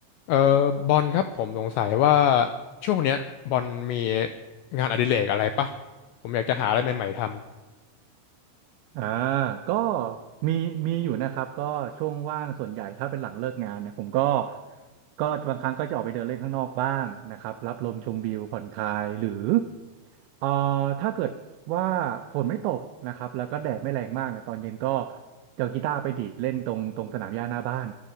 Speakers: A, on the left; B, on the right.
A: เออบอลครับผมสงสัยว่าช่วงเนี้ยบอลมีงานอดิเรกอะไรปะผมอยากจะหาอะไรใหม่ๆท
B: อ่าก็มีมีอยู่นะครับก็ช่วงว่างส่วนใหญ่ถ้าเป็นหลังเลิกงานเนี่ยผมก็ก็บางครั้งก็จะออกไปเดินเล่นข้างนอกบ้างนะครับรับลมชมวิวผ่อนคลายหรือเอ่อถ้าเกิดว่าฝนไม่ตกนะครับแล้วก็แดดไม่แรงมากเนี่ยตอนเย็นก็จะเอากีตาร์ไปดีดเล่นตรงตรงสนามหญ้าหน้าบ้าน